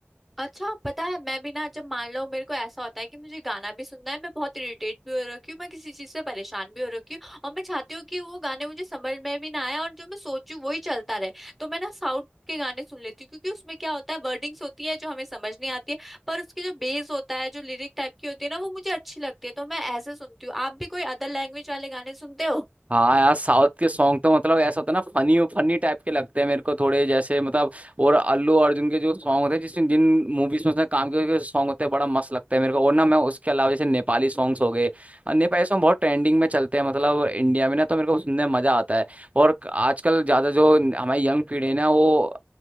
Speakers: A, in the centre; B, on the right (about 30°).
A: अच्छा पता है मैं भी ना जब मान लो मेरे को ऐसा होता है कि मुझे गाना भी सुनना है मैं बहुत इरिटेट भी हो रखी हूँ मैं किसी चीज से परेशान भी हो रखी हूँ और मैं चाहती हूँ कि वो गाने मुझे समझ में भी ना आए और जो मैं सोचूं वही चलता रहे तो मैं ना साउथ के गाने सुन लेती हूँ क्योंकि उसमें क्या होता है वर्डिंग्स होती है जो हमें समझ नहीं आती है पर उसकी जो बेस होता है जो लिरिक टाइप की होती है ना वो मुझे अच्छी लगती है तो मैं ऐसे सुनती हूँ आप भी कोई अदर लैंग्वेज वाले गाने सुनते हो
B: हाँ यार साउथ के सॉन्ग तो मतलब ऐसा होता है ना फनी फनी टाइप के लगते हैं मेरे को थोड़े जैसे मतलब और अल्लू अर्जुन के जो सॉन्ग होते हैं जिसमें जिन मूवीज में उसने काम किया सॉन्ग होते हैं बड़ा मस्त लगता है मेरे को और ना मैं उसके अलावा जैसे नेपाली सॉन्ग्स हो गए अ, नेपाली सॉन्ग बहुत ट्रेंडिंग में चलते हैं मतलब इंडिया में ना तो मेरे को सुनने में मजा आता है और आजकल ज्यादा जो हमारी यंग पीढ़ी है ना वो